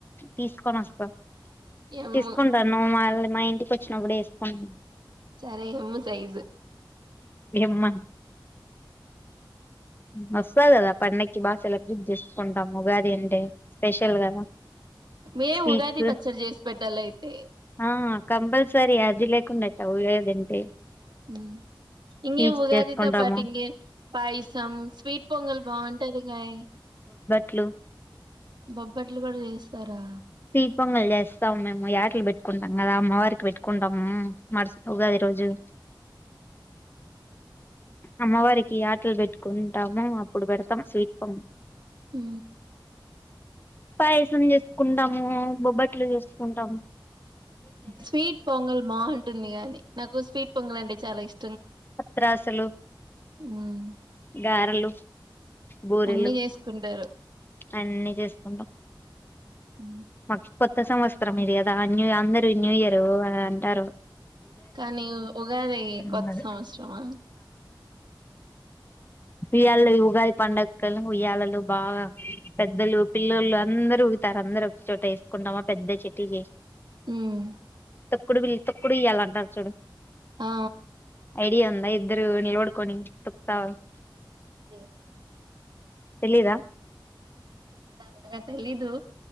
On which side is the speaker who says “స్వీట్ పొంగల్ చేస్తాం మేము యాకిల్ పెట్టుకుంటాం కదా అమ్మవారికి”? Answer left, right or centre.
Left